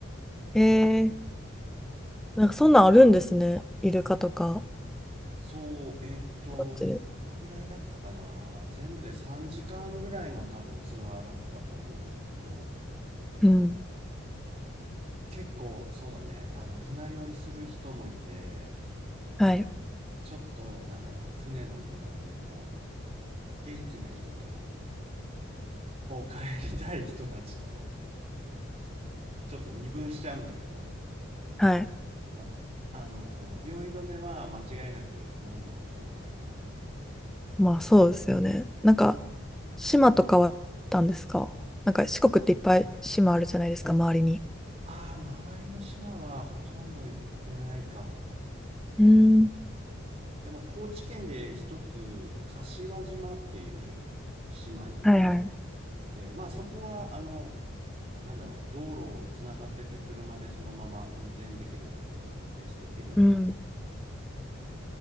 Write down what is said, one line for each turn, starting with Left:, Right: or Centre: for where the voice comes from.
Centre: えー、なんかそんなんあるんですね。イルカとか、
Right: そう、えっと、
Centre: こっちで。
Right: どのぐらいだったかな全部で3時間ぐらいの多分ツアーだったと思うんだけど、
Centre: うん。
Right: 結構そうだね、あの、船酔いする人もいて、
Centre: はい。
Right: ちょっと、なんだろう、船の上はみんな元気な人と、こう帰りたい人たちと、ちょっと二分しちゃうんだけど、
Centre: はい。
Right: があのー酔い止めは間違いなく飲んだ方がいいかな。
Centre: まあそうですよね。
Right: うん
Centre: なんか、島とかはあったんですかなんか四国っていっぱい島あるじゃないですか、周りに。
Right: ああ、周りの島はほとんど行ってないかも。
Centre: うん。
Right: でも高知県で一つ、柏島っていう島に
Centre: はいはい。
Right: 行って、まあそこはあの、なんだろう、道路をつながってて車でそのまま運転できるんだけど、運転して行けるんだけど、
Centre: うん。